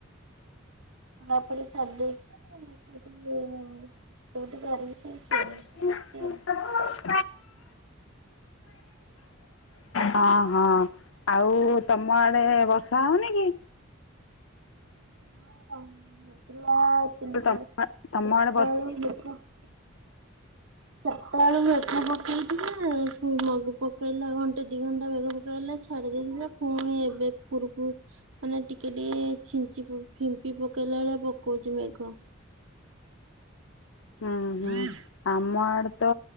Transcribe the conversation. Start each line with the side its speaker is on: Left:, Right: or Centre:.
Right: <unintelligible>
Left: <unintelligible>
Right: ପଡୁଛି
Left: ହଁ ହଁ ଆଉ ତମ ଆଡେ ବର୍ଷା ହଉନି କି?
Right: ହଁ <unintelligible>
Left: ତମ ତମ ଆଡ଼େ ବର୍ଷା
Right: ସଖାଳୁ ମେଘ ପକଉଛିଯେ ମଘ ପକେଇଲା ଘଣ୍ଟେ ଦି ଘଣ୍ଟା ମେଘ ପକେଇଲା। ଛାଡି ଦେଇଥିଲା ପୁଣି ଏବେ ପୁରୁକୁ ମାନେ ଟିକେ ଟିକେ ଛି ଫିମ୍ପି ପକେଇଲା ଭଳିଆ ପକଉଛି ମେଘ।
Left: ହୁଁ ହୁଁ
Right: ଦୁି
Left: ଆମ ଆଡେ ତ